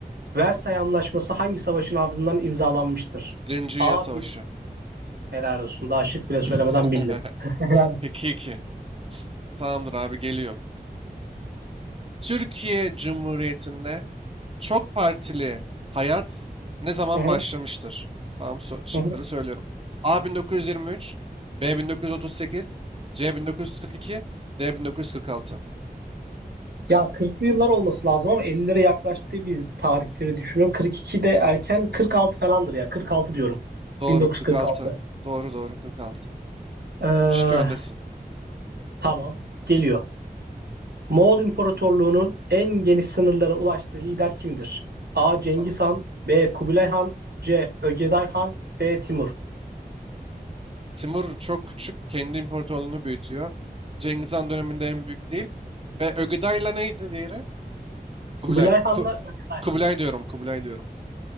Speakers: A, on the right; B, on the right.
A: Versay Anlaşması hangi savaşın ardından imzalanmıştır?
B: Birinci Dünya
A: A.
B: Savaşı.
A: Helal olsun. Daha şık bile
B: <laughs>
A: söylemeden bildin. <laughs> Helal olsun.
B: 2-2. Tamamdır abi geliyor. Türkiye Cumhuriyeti'nde çok partili hayat ne zaman
A: Hı hı,
B: başlamıştır? Tamam so şıkları
A: hı hı.
B: söylüyorum. A 1923, B 1938, C 1942, D 1946.
A: Ya 40'lı yıllar olması lazım ama 50'lere yaklaştığı bir tarihleri düşünüyorum. 42 de erken 46 falandır ya. 46 diyorum.
B: Doğru
A: 1946.
B: 46. Doğru doğru 46.
A: Ee,
B: 3-2 öndesin.
A: tamam. Geliyor. Moğol İmparatorluğu'nun en geniş sınırlara ulaştığı lider kimdir? A. Cengiz
B: Tamam.
A: Han B. Kubilay Han C. Ögeday Han D. Timur
B: Timur çok küçük. Kendi imparatorluğunu büyütüyor. Cengiz Han döneminde en büyük değil. Ve Ögeday'la neydi diğeri? Kubilay.
A: Kubilay Han'la
B: Ku
A: Ögeday
B: Kubilay
A: Han.
B: diyorum. Kubilay diyorum.